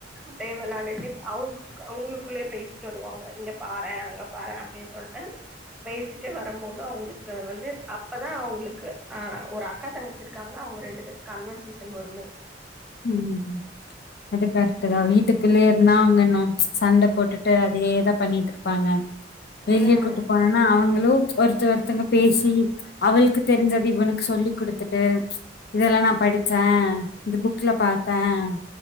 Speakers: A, in the centre; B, on the left.
A: அப்படியே விளையாண்டு டே அவங்க அவங்களுக்குள்ளயே பேசிட்டு வருவாங்க இங்க பாறேன் அங்க பாறேன் அப்படின்னு சொல்லிட்டு பேசிட்டு வரும்போது அவங்களுக்கு வந்து அப்பதான் அவங்களுக்கு ஆஹ் ஒரு அக்கா தங்கச்சிருக்காங்கன்னா அவங்க ரெண்டு பேருக்கு கன்வர்சேஷன் வருமே
B: உஹம் அது கரெக்ட் தான் வீட்டுக்குள்ளயே இருந்தாங்கனும் சண்ட போட்டுட்டு அதே தான் பண்ணிட்டு இருப்பாங்க வெளியே
A: ம்
B: கூட்டு போனோனா அவங்களும் ஒருத்தர் ஒருத்தங்க பேசி அவளுக்கு தெரிஞ்சது இவனுக்கு சொல்லிக் கொடுத்துட்டு இதெல்லாம் நான் படிச்சேன் புக்ல பார்த்தேன்